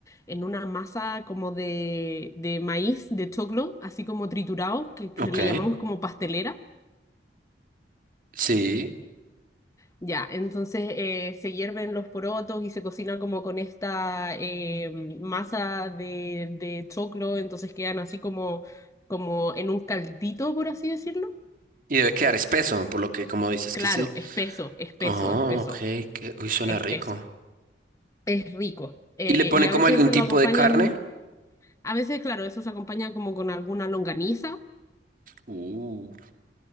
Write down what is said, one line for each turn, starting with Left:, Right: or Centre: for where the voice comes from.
Left: en una masa como de, de maíz, de choclo, así como triturado, que que
Right: Ok,
Left: le llamamos como pastelera.
Right: sí.
Left: Ya, entonces eh, se hierven los porotos y se cocina como con esta eh, masa de, de choclo, entonces quedan así como, como en un caldito, por así decirlo.
Right: Y debe quedar espeso, por lo que como dices
Left: Claro,
Right: que sí.
Left: espeso, espeso,
Right: Oh,
Left: espeso,
Right: ok, que, uy, suena
Left: espeso.
Right: rico.
Left: Es rico. Eh,
Right: ¿Y le ponen
Left: y a
Right: como
Left: veces
Right: algún
Left: eso
Right: tipo
Left: lo acompañan,
Right: de carne?
Left: a veces, claro, eso se acompaña como con alguna longaniza,
Right: Uh.